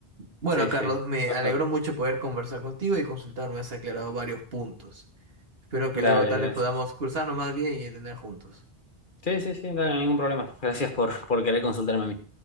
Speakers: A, on the right; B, on the left.
A: Bueno,
B: sí,
A: Carlos,
B: sí.
A: me
B: Pasar.
A: alegró mucho poder conversar contigo y consultar, me has aclarado varios puntos. Espero que
B: Dale.
A: luego tal
B: Dale, gracias.
A: vez podamos cruzarnos más bien y entender juntos.
B: Sí, sí, sí, dale, ningún problema. Gracias por, por querer consultarme a mí.